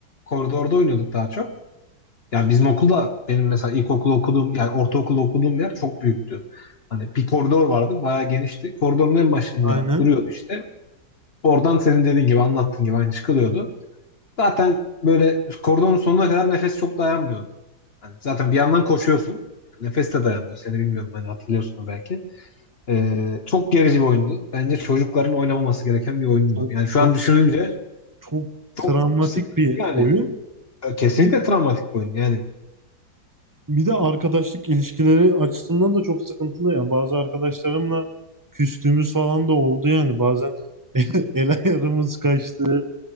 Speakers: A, on the left (about 40°); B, on the right (about 15°).
A: koridorda oynuyorduk daha çok. Yani bizim okulda benim mesela ilkokul okuduğum yani ortaokul okuduğum yer çok büyüktü. Hani bir koridor vardı bayağı genişti. Koridorun en başında
B: Aynen.
A: duruyordu işte. Oradan senin dediğin gibi anlattığın gibi aynı çıkılıyordu. Zaten böyle koridorun sonuna kadar nefes çok dayanmıyordu. Hani zaten bir yandan koşuyorsun. Nefes de dayanmıyor. Seni bilmiyorum hani hatırlıyorsun belki. Ee, çok gerici bir oyundu. Bence çocukların oynamaması gereken bir oyundu.
B: Çok,
A: Yani
B: çok
A: şu an düşününce
B: sık, çok travmatik
A: çok sıkıntı.
B: bir
A: Yani
B: oyun.
A: e, kesinlikle
B: Bir,
A: travmatik bir oyun. Yani
B: bir de arkadaşlık ilişkileri açısından da çok sıkıntılı yani. Bazı arkadaşlarımla küstüğümüz falan da oldu yani. Bazen <laughs> el ayarımız kaçtı.